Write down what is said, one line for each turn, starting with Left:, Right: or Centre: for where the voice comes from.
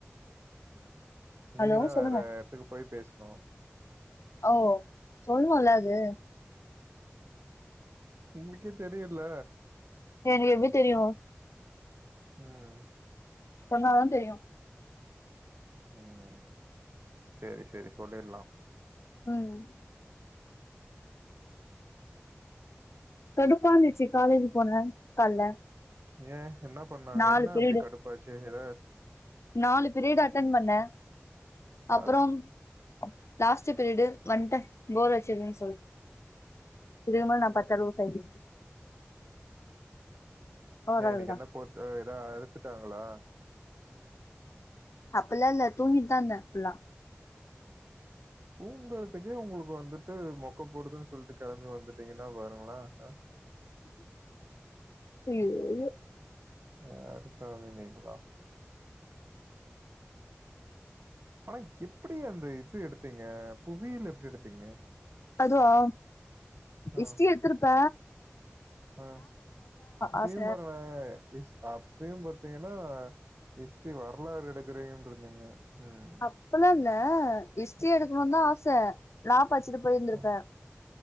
Right: நீங்க
Left: ஹலோ
Right: தா
Left: சொல்லுங்க
Right: வேற எடத்துக்கு போய் பேஸ்னு
Left: ஓ சொல்லுனு இல்ல அது
Right: உங்ளுக்கே தெரியில்ல
Left: எனக் எப்பி தெரியு
Right: ம்
Left: சொன்னாதா தெரியு
Right: ம் சேரி சேரி சொல்லிர்லா
Left: ம் கடுப்பாந்துச்சு காலேஜ் போனேன கால்ல
Right: ஏன் என்ன பண்ணாங்க
Left: நாலு
Right: என்ன
Left: பீரியடு
Right: அப்டி கடுப்பாச்சு எத
Left: நாலு பீரியட் அட்டன் பண்ணே அப்புறம்
Right: ஆ.
Left: லாஸ்ட் பிரிடு வண்ட போர் அச்சதுன் சொல் இதுக்கு மேல நா பாத்த லூசாய்ட் ஓரளவுதா
Right: ஏ இன்னிக்கு என்ன போர்ட்டு ஏதா அறுத்துட்டாங்களா
Left: அப்பில்லா இல்ல தூங்கித்தாந்த ஃபுல்லா
Right: தூங்கறதுக்கே உங்களுக்கு வந்துட்டு மொக்க போடுதுன்னு சொல்ட்டு கெளம்பி வந்துட்டீங்கன்னா பாருங்கள அ
Left: ஐயோ ஐயோ
Right: யார் சாமி நீங்களா ஆனா எப்பிடி அந்த இது எடுத்தீங்க புவியில் எப்டி எடுத்தீங்க
Left: அதுவா ஹிஸ்ட்ரி
Right: ஆ.
Left: எத்துருப்ப
Right: ஆ அப்பியு
Left: ஆச
Right: பாருங்களே ஸ் அப்பியு பாத்தீங்கன்னா ஹிஸ்ட்ரி வரலாறு எடுக்கிறிங்டிரிந்தீங்க ம்
Left: அப்பலா இல்ல ஹிஸ்டரி எடுக்கணு தா ஆச லா படிச்சிட்டு போயிருந்திருப்பேன்
Right: அ,